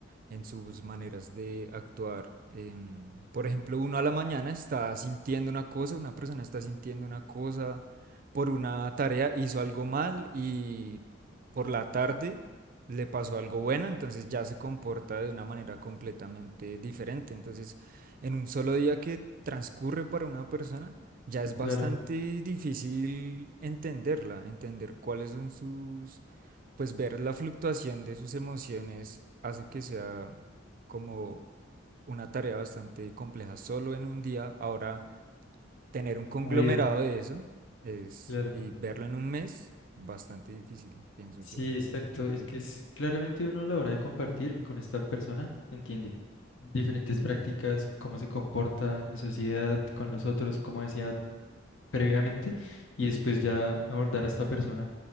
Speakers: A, on the right (about 45°); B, on the left (about 75°).
A: en sus maneras de actuar. Em, por ejemplo, uno a la mañana está sintiendo una cosa, una persona está sintiendo una cosa por una tarea, hizo algo mal y por la tarde le pasó algo bueno, entonces ya se comporta de una manera completamente diferente. Entonces, en un solo día que transcurre para una persona, ya es bastante
B: claro,
A: difícil entenderla, entender cuáles son sus pues ver la fluctuación de sus emociones hace que sea como una tarea bastante compleja solo en un día. Ahora, tener un conglomerado
B: la vida,
A: de eso es,
B: claro.
A: y verlo en un mes, bastante difícil, pienso
B: Sí,
A: yo.
B: exacto. Es que es claramente uno a la hora de compartir con esta persona entiende diferentes prácticas, cómo se comporta en sociedad, con los otros, como decía previamente, y después ya abordar a esta persona.